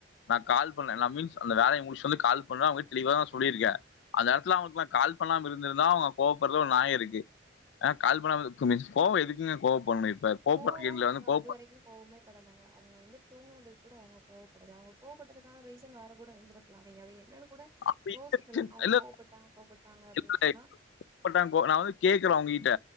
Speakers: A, on the left; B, on the right.
A: நா கால் பண்ணன் நா பீன்ஸ் அந்த வேலைய முடிச்ட் வந்து கால் பண்ணா அவங்க தெளிவாதா சொல்லிருக்க அந்த நேரத்துல அவங்களுக் நா கால் பண்ணாம இருந்துருந்தா அவங்க கோவபடுறதுல ஒரு நாயோ இருக்கு கால் பண்ணாம இருக் மிஸ் கோவோ எதுக்கு நீங்க ஏ கோப்படுனு இப்ப கோவப்படுற
B: கோவமு
A: கேன்ல
B: அவங்க
A: வந்து கோவப்பட
B: அதுவரைக்கு கோபமே படளங்க அவங்க வந்து தூங்குனது கூட கோவப்படது அவங்க கோவப்படரதுக்கான ரீசன் வேற கூட இருந்துருக்கலாமே நீங்க அது என்ன கூட
A: அப்படி
B: யோசிக்கள
A: என்ன
B: அவங்க
A: இல்ல
B: கோவப்பட்டாங்க கோப்பட்டாங்க அப்டின்னு
A: இல்ல
B: சொன்னா
A: ஏற்பட்டாங்க கோ- நான் வந்து கேட்கிறேன் அவங்ககிட்ட.